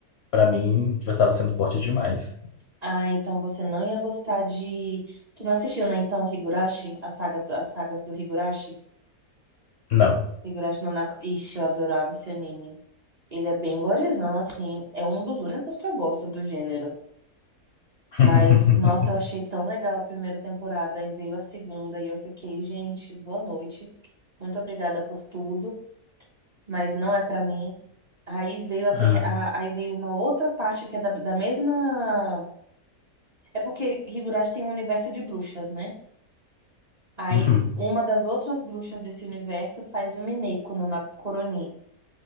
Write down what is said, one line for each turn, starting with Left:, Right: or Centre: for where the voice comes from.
Left: pra mim, já tava sendo forte demais.
Right: Ah, então você não ia gostar de. Tu não assistiu, né? Então, Higurashi? A saga, as sagas do Higurashi?
Left: Não.
Right: Higurashi no Naka. Ixi, eu adorava esse anime. Ele é bem gorizão, assim. É um dos únicos que eu gosto do gênero.
Left: <laughs>
Right: Mas, nossa, eu achei tão legal a primeira temporada. Aí veio a segunda e eu fiquei, gente, boa noite. Muito obrigada por tudo. mas não é pra mim. Aí veio a
Left: Ah,
Right: ter, a- aí veio uma outra parte que é da, da mesma. É porque Higurashi tem um universo de bruxas, né? Aí
Left: uhum,
Right: uma das outras bruxas desse universo faz um Mineko no Nakoronin.